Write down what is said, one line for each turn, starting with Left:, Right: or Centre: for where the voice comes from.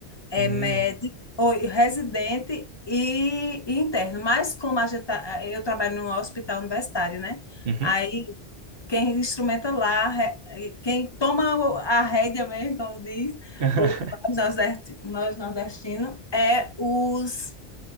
Left: é
Right: Hum,
Left: médico, ou residente e, e interno. Mas como a gente tá- eu trabalho no hospital universitário, né?
Right: uhum.
Left: Aí quem instrumenta lá, re- quem toma o- a rédea mesmo, como diz,
Right: <laughs>
Left: o- nós nordesti- nós nordestinos, é os